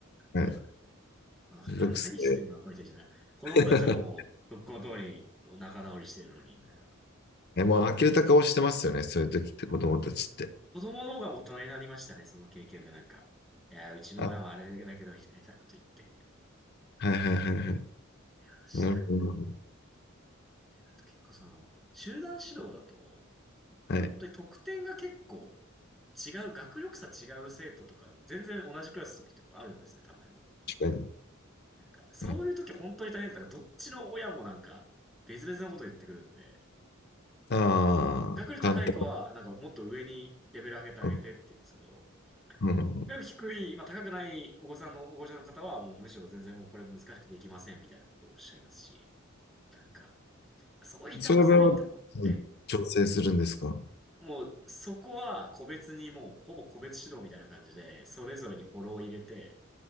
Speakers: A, in the centre; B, on the left (about 50°).
A: ことを言われて。
B: え。はい
A: あ、な何してんのこの人たちじゃない。
B: めんどくせえ
A: 子供たちはもう、
B: <laughs>。
A: とっくの通り仲直りしてるのに、みたいな。
B: ねもう呆れた顔してますよね、そういう時って子供たちって。
A: 子供の方が大人になりましたね、その経験でなんか。いやー、うちの親はあれだけど、
B: あ、
A: みたいなこと言って。
B: はいはいはいはい。
A: いや、しないな。
B: なるほど
A: あと結構その、集団指導だと、
B: はい、
A: 本当に得点が結構違う、学力差違う生徒とか、全然同じクラスの時とかあるんですね、たまに。
B: 確かに。
A: なんか、そういう時本当に大変だから、
B: うん
A: どっちの親もなんか、別々のこと言ってくるんで、
B: ああ、
A: 学力高い子は、
B: 簡単。
A: なんかもっと上にレベル上げてあげてって言うんですけど、
B: うん、うん、
A: 学力低い、まあ高くないお子さんの、お子ちゃんの方は、もうむしろ全然もうこれ難しくできませんみたいなことをおっしゃいますし、なんか、そういう板挟みとかも、
B: そういう場合は、
A: ええ、
B: 調整するんですか
A: もう、そこは個別にもう、ほぼ個別指導みたいな感じで、それぞれにフォローを入れて